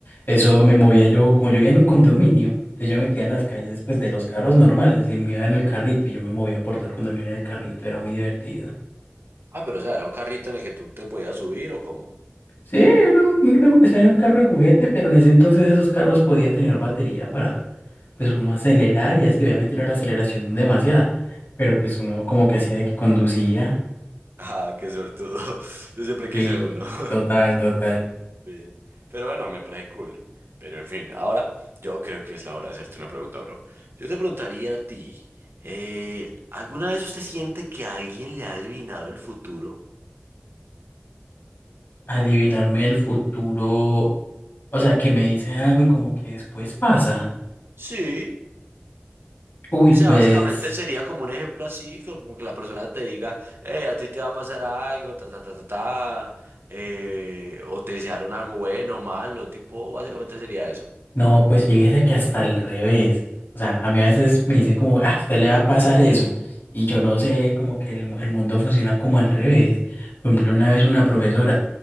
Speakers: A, on the left (about 60°); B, on the right (about 70°).
A: Eso me movía yo, como yo vivía en un condominio, entonces yo me metía en las calles pues de los carros normales y me iba en el carrito y yo me movía por todo el condominio en el carrito, era muy divertido.
B: Ah, pero o sea, era un carrito en el que tú te podías subir o cómo. <laughs>
A: Sí, era un, era un- o sea, era un carro de juguete, pero en ese entonces esos carros podían tener batería para, pues, uno acelerar y así. Obviamente no era la aceleración demasiada, pero pues uno como que hacía de que conducía.
B: Ah, qué sortudo. <laughs> Yo siempre
A: Sí,
B: quise uno. <laughs>
A: total, total.
B: Sí. Pero bueno, me parece cool. Pero en fin, ahora yo creo que es la hora de hacerte una pregunta, bro. Yo te preguntaría a ti, eh, ¿alguna vez usted siente que alguien le ha adivinado el futuro?
A: Adivinarme el futuro, o sea, que me dicen algo y como que después pasa.
B: Sí.
A: Uy,
B: O sea,
A: pues.
B: básicamente sería como un ejemplo así, como que la persona te diga, hey, a ti te va a pasar algo, ta, ta, ta, ta, ta, eh, o te desearon algo bueno, malo, tipo, básicamente sería eso.
A: No, pues fíjese que hasta al revés. O sea, a mí a veces me dicen como, ah, a usted le va a pasar eso. Y yo no sé, como que el, mu- el mundo funciona como al revés. Por ejemplo, una vez una profesora